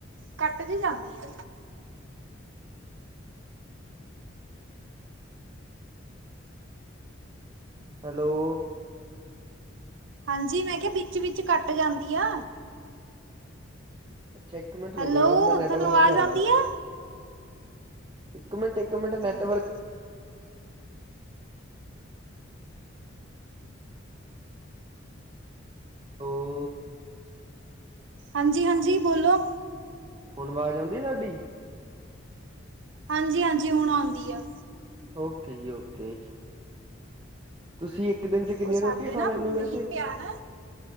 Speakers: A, on the right; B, on the right.
A: ਕੱਟ ਦੀ ਜਾਂਦੀ ਆ
B: ਹੈਲੋ
A: ਹਾਂਜੀ ਮੈਂ ਕਿਹਾ ਵਿੱਚ ਵਿੱਚ ਕੱਟ ਜਾਂਦੀ ਆ
B: ਅੱਛਾ ਇੱਕ ਮਿੰਟ ਰੁਕ
A: ਹੈਲੋ
B: ਬਸ ਮੈਂ ਨੈਟਵਰਕ
A: ਤੁਹਾਨੂੰ ਆਵਾਜ਼
B: ਜਾਂਦਾ
A: ਆਉਂਦੀ ਆ
B: ਇੱਕ ਮਿੰਟ ਇੱਕ ਮਿੰਟ ਨੈਟਵਰਕ
A: ਹਾਂਜੀ
B: ਹੋ-
A: ਹਾਂਜੀ-ਹਾਂਜੀ ਬੋਲੋ
B: ਹੁਣ ਆਵਾਜ਼ ਆਉਂਦੀ ਸਾਡੀ।
A: ਹਾਂਜੀ-ਹਾਂਜੀ ਹੁਣ ਆਉਂਦੀ ਆ।
B: ਓਕੇ ਜੀ ਓਕੇ ਜੀ ਤੁਸੀਂ ਇੱਕ ਦਿਨ ਚ ਕਿੰਨੀਆਂ
A: ਉਹ ਸਾਡੇ
B: ਰੋਟੀਆਂ ਖਾ
A: ਨਾ
B: ਲੈਂਣੇ
A: ਮੀਂਹ
B: ਹੋ ਵੈਸੇ-
A: ਪਿਆ ਨਾ